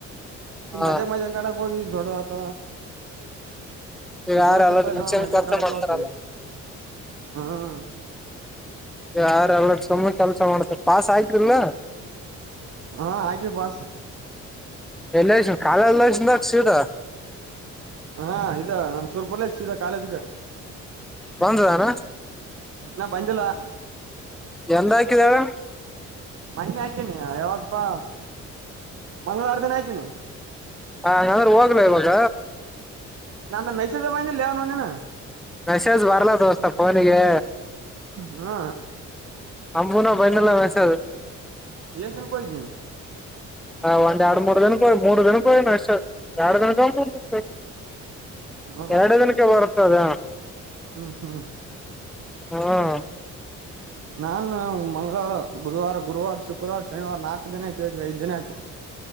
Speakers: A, on the right; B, in the centre.
A: ಶು
B: ಹ
A: ಮಜಾಕ್ ಮಜಾಕ ಗಡ ಕ ದೊಡೋತ
B: ಈಗ
A: ಈ
B: ಯಾರ
A: ದೋಸ್
B: ಎಲ್ಲ
A: ಇರ್ತ
B: ಮುಂಚೆ
A: ಅಂದ್ರೆ ಮಜಾ
B: ಕೆಲಸ
A: ಕಳಕ್ಕೆ
B: ಮಾಡ್ತಾರಲ್ಲ
A: ಹೋ್ವಿ ಹ್ಮ್
B: ಯಾರಲ್ಲ ಸುಮ್ಮನೆ ಕೆಲ್ಸ ಮಾಡ್ತಾರೆ ಪಾಸ್ ಆಯತ್ರಿಲ
A: ಹಾ ಆಗೆ ಪಾಸ
B: ಎಲ್ಲ ಕಾಲ ಎಲ್ಲಸನ್ಕ್ಸದ
A: ಹಾ ಇದ ನಮ್ ಸೂರಪುರ ಲೇ ಕಾಲೇಜ್ಗೆ
B: ಬಂದದಾರ
A: ಇ ಬಂದಲ್ವಾ
B: ಎಂದ ಹಾಕಿದಿ ಹೇಳು
A: ಮನ್ನ ಹಾಕಿನಿ ಯಾವತ್ತಪ್ಪಾ ಮಂಗಳವಾರ ದಿನ ಹಾಕಿನಿ
B: ಹಂಗಂದ್ರೆ ಹೋಗ್ಲ ಇವಾಗ
A: ನಂತ ಮೆಸೇಜ ಬಂದ ಲೇವನೋ ನೀನು
B: ಮೆಸೇಜ್ ಬರ್ಲ ದೋಸ್ತ ಫೋನಿಗೆ
A: ಹಾ
B: ಸಂಂಬೂಣ ಬೈನಲ್ಲ ವಸದು
A: ಎಷ್ಟ ಜನಕ್ಕೆ ಹಯ್ದ ನೀನು
B: ಹ ಒಂದ್ ಎರಡು ಮೂರು ದನಕ್ಕೆ ಹಯ್ ಮೂರು ಜನಕ್ಕೆ ಹಯ ನ ಅಷ್ಟ ಎರಡು ದಿನಕ
A: ಹೌದಾ
B: ಎರಡು ದಿನಕ ಬರ್ತದ
A: ಹ್ಮ್ ಹ್ಮ್
B: ಹ್ಮ
A: ನಾನ್ ಮಂಗಳವಾರ ಬುಧವಾರ ಗುರುವಾರ ಶುಕ್ರವಾರ ಶನಿವಾರ ನಾಲ್ಕು ದಿನ ಆಯ್ತಿವಿಐ್ವಿ ಐದ್ ದಿನ ಆಯತವಿ